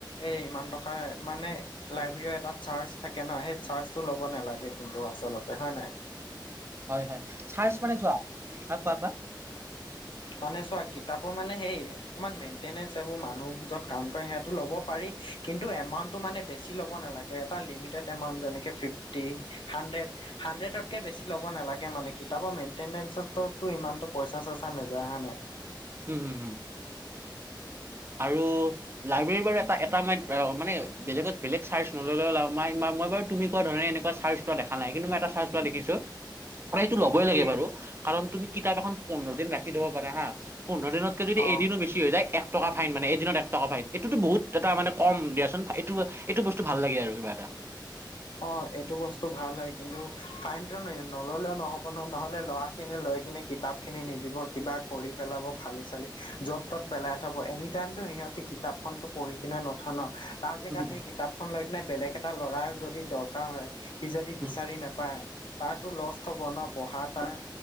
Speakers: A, on the left; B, on the right.
A: এ ইমান টকা মানে লাইব্ৰেৰীৰ এটা চাৰ্জ থাকে ন, সেই চাৰ্জটো ল'ব নালাগে কিন্তু আচলতে হয় নাই?
B: হয় হয় চাৰ্চ মানে চোৱা, হয় কোৱা কোৱা?
A: মানে চোৱা কিতাপৰ মানে হেৰিৰ অকমান মেইনটেনেন্স এইবোৰ মানুহ য'ত কাম কৰে সেইটো ল'ব পাৰি কিন্তু এমাউন্টটো মানে বেছি ল'ব নালা এটা লিমিটেড এমাউন্ট যেনেকে ফিফটি, হান্ডেট হান্ডেটতকে বেছি ল'ব নালাগে মানে কিতাপৰ মেইনটেনেন্সতটো টো ইমানটো পইচা - চইচা নেযায় হয় নে?
B: উম হু হু আৰু লাইব্ৰেৰীৰ বাবে টা এটা মইত অ মানে বেলেগত বেলেগ চাৰ্জ নললেও লাই মই মই বাৰু তুমি কোৱা ধৰণে এনেকুৱা চাৰ্জ ত দেখা নাই কিন্তু মই এটা চাৰ্জ লোৱা দেখিছো প্ৰায়তো ল'বই লাগে
A: কি
B: বাৰু কাৰণ তুমি কিতাপ এখন পোন্ধৰ দিন ৰাখি থব পাৰে হা, পোন্ধৰ দিনত ত যদি
A: অ
B: এদিনো বেছি কি হৈ যায় এক টকা ফাইন মানে এদিনত এক টকা ফাইন এইটোতো বহুত এটা মানে কম দিয়াচোন ফা এইটো এইটো বস্তু ভাল লাগে আৰু কিবা এটা।
A: অ এইটো বস্তু ভাল হয় কিন্তু ফাইনটো ন নললেও নহ'ব নহয় নহ'লে ল'ৰা খিনি লৈ কিনে কিতাপখিনি নিদিব, কিবা কৰি পেলাব, ফালি - চালি য'ত - ত'ত পেলাই থব, এনি টাইমতো সিহঁতি কিতাপখনতো পঢ়ি কিনে নথয় ন তাৰ জেগাত
B: উম উম
A: সেই কি তাপখন লৈ কিনে বেলেগ এটা ল'ৰাৰ যদি দৰকাৰ হয়, সি যদি বিচাৰি
B: উম
A: নেপায় তাৰতো লষ্ট হ'ব ন পঢ়া তাৰ